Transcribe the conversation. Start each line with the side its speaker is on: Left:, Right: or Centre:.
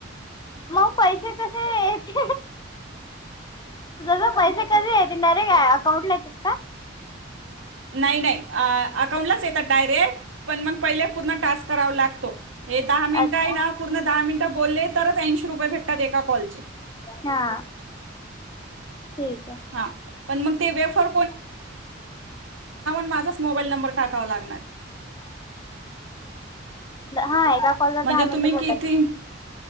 Left: मग पैसे कसे यायचे ज पैसे कारण इनडायरेक्ट अकाउंटला येतात का?
Right: नाही नाही अकाउंटलाच येतात डायरेक्ट पण मग पहिले पूर्ण टास्क करावा लागतो हे. दहा मिनिटं
Left: अच्छा.
Right: आहे ना पूर्ण दहा मिनिटं बोलले तरच ऐंशी रुपये भेटतात एका कॉलचे
Left: हा. ठीक
Right: हा पण मग ते वेपर.
Left: <unintelligible>
Right: माझाच मोबाईल नंबर टाकावा लागणार
Left: हा एका कॉलवर
Right: म्हणजे
Left: दहा मिनट
Right: तुम्ही
Left: बोलायच.
Right: किती